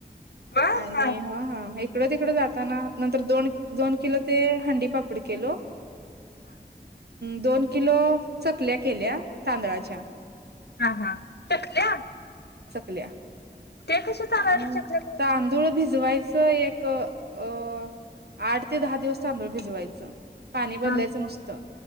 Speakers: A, on the left (about 75°); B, on the right (about 70°).
A: वा
B: आणि
A: हा
B: ह हा एक तकड तिकड जाताना नंतर दोन दोन किलो ते हंडी पाकड केलो
A: हा
B: दोन किलो चकल्या केल्या तांदळाच्या
A: हा हा चकल्या
B: बल्या
A: ते कशा चालायला
B: अ
A: चकल्या करायला
B: तांदूळ भिजवायचे एक अ आठ ते दहा दिवस तांदूळ भिजवायचं पाणी बदलायचं
A: हा
B: नुसतं